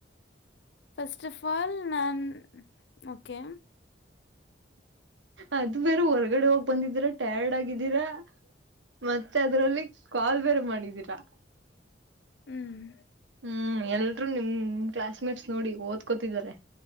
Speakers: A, on the left (about 70°); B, on the right (about 85°).
A: ಫಸ್ಟ್ ಆಫ್ ಆಲ್ ನಾನ್ ಓಕೆ.
B: ಅದು ಬೇರೆ ಹೊರಗಡೆ ಹೋಗ್. ಬಂದಿದೀರ ಟಯಾರ್ಡ್ ಆಗಿದ್ದೀರಾ ಮತ್ತೆ ಅದ್ರಲ್ಲಿ. ಕಾಲ್ ಬೇರೆ ಮಾಡಿದೀರಾ.
A: ಹ್ಮ್.
B: ಹ್ಮ್ ಎಲ್ರೂ ನಿಮ್ ಕ್ಲಾಸ್ ಮೇಟ್ಸ್ ನೋಡಿ ಓದ್ಕೋತಿದಿದ್ದಾರೆ